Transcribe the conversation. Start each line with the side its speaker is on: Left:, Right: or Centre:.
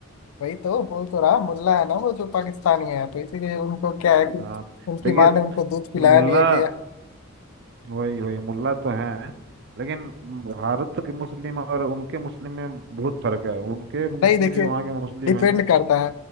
Left: वही तो बोल तो रहा मुल्ला है ना वो जो पाकिस्तानी है तो इसीलिए उनको क्या है कि
Right: हाँ
Left: उनकी
Right: देखिए
Left: माँ ने उनको दूध पिलाया
Right: मुल्ला
Left: नहीं है कि
Right: वही वही मुल्ला तो है लेकिन भारत के मुस्लिम और उनके मुस्लिम में बहुत फर्क है उनके मुस्लिम
Left: नहीं देखिए
Right: जो वहाँ के मुस्लिम
Left: डिपेंड
Right: हैं
Left: करता है